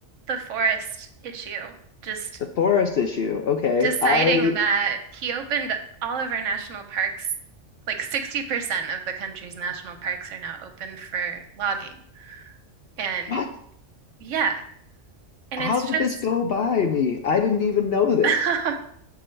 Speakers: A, on the right; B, on the left.
A: the forest issue. Just
B: The forest issue. Okay.
A: deciding
B: I,
A: that he opened all of our national parks, like 60% of the country's national parks are now open for logging. And
B: what?
A: Yeah, and
B: How
A: it's
B: did
A: just
B: this go by me? I didn't even know
A: <laughs>
B: this.
A: I